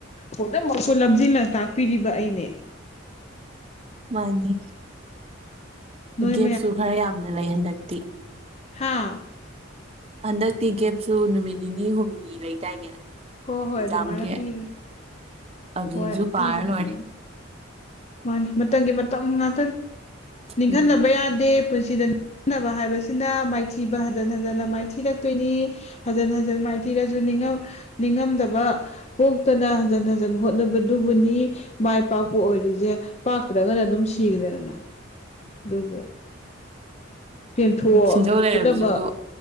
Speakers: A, on the left (about 35°); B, on the right (about 30°).
A: ꯄꯨꯝꯅꯃꯛꯄꯨ ꯂꯝꯖꯤꯡꯂ ꯇꯥꯛꯄꯤꯔꯤꯕ ꯑꯩꯅꯦ
B: ꯃꯥꯟꯅꯤ
A: ꯅꯣꯏ
B: ꯒꯦꯞꯁꯨ ꯈꯔ ꯌꯥꯝꯅ ꯂꯩ ꯍꯟꯗꯛꯇꯤ
A: ꯍꯥꯥ
B: ꯍꯟꯗꯛꯇꯤ ꯒꯦꯞꯁꯨ ꯅꯨꯃꯤꯠ ꯅꯤꯅꯤ ꯍꯨꯝꯅꯤ ꯂꯩꯗꯥꯏꯅꯦ
A: ꯍꯣ ꯍꯣꯏ
B: ꯑꯦꯛꯖꯥꯝꯒꯤ
A: ꯑꯗꯨꯃꯥꯏꯅ ꯄꯤꯕꯅꯤ
B: ꯑꯗꯨꯁꯨ
A: ꯍꯣꯏ
B: ꯄꯥꯔ
A: ꯄꯤꯕ ꯅꯨꯃꯤꯠꯅꯤ
B: ꯂꯣꯏꯔꯦ
A: ꯃꯥꯅꯦ ꯃꯇꯝꯒꯤ ꯃꯇꯝ ꯉꯥꯛꯇꯅꯤ ꯅꯤꯡꯍꯟꯅꯕ
B: ꯎꯝ
A: ꯌꯥꯗꯦ ꯄꯨꯟꯁꯤꯗ ꯅꯤꯡꯍꯟꯅꯕ ꯍꯥꯏꯕꯁꯤꯅ ꯃꯥꯏꯊꯤꯕ ꯍꯟꯖꯤꯟ ꯍꯟꯖꯤꯟꯅ ꯃꯥꯏꯊꯤꯔꯛꯇꯣꯏꯅꯤ ꯍꯟꯖꯤꯟ ꯍꯟꯖꯤꯟ ꯃꯥꯏꯊꯤꯔꯁꯨ ꯅꯤꯡꯉꯝ ꯅꯤꯡꯉꯝꯗꯕ ꯄꯣꯛꯇꯅ ꯍꯟꯖꯤꯟ ꯍꯟꯖꯤꯟ ꯍꯣꯠ ꯍꯣꯠꯅꯕꯗꯨꯕꯨꯅꯤ ꯃꯥꯏ ꯄꯥꯛꯄ ꯑꯣꯏꯔꯤꯖꯦ ꯄꯥꯛꯇ꯭ꯔꯒꯅ ꯑꯗꯨꯝ ꯁꯤꯒ꯭ꯔꯦꯗꯅ ꯑꯗꯨꯕꯨ ꯄꯦꯟꯊꯣꯛꯑꯣ
B: ꯎꯝ ꯁꯤꯡꯖꯧ ꯂꯩꯔꯕꯁꯤꯕꯨ
A: ꯄꯨꯅꯃꯛ